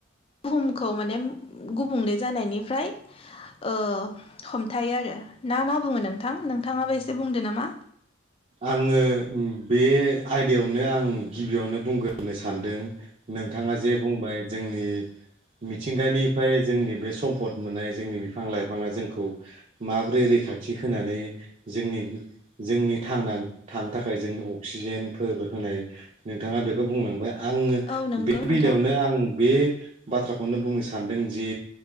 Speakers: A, on the left; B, on the right.
A: बुहुमखौ माने गुबुंले जानायनिफ्राय ओ हमथायो आरो ना मा बुङो नोंथां नोंथाङाबो एसे बुंदो नामा।
B: आङो बे आयदायावनो आं गिबियावनो बुंग्रोनो सानदों। नोंथाङा जे बुंबाय जोंनि मिथिंगानिफ्राय जोंनि बे सम्फद मोननाय जोंनि बिफां लाइफाङा जोंखौ माब्रै रैखाथि होनानै जोंनि जोंनि थांनानै थानो थाखाय जोंनो अक्सिजेनफोर होनाय नोंथाङा बेखौ बुंलांबाय। आङो
A: औ नंगौ
B: बे बेलायावनो
A: नोंथां
B: आं बे बाथ्राखौनो बुंनो सानदों जि